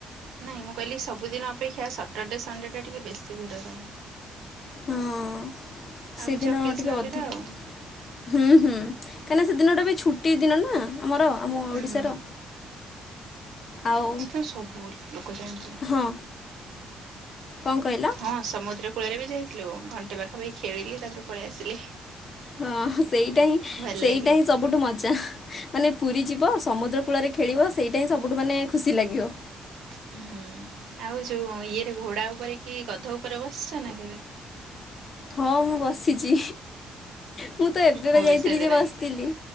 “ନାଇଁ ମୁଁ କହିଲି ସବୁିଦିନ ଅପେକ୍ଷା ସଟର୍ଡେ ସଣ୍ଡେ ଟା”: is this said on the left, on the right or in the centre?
Right